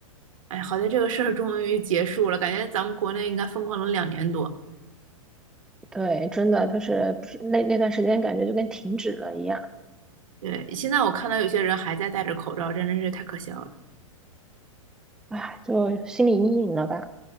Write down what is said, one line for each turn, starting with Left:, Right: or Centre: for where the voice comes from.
Right: 哎，好在这个事儿终于结束了，感觉咱们国内应该疯狂了两年多。
Centre: 对，真的就是不是那那段时间感觉就跟停止了一样，
Right: 对，现在我看到有些人还在戴着口罩，真的是太可笑了。
Centre: 哎，就心理阴影了吧。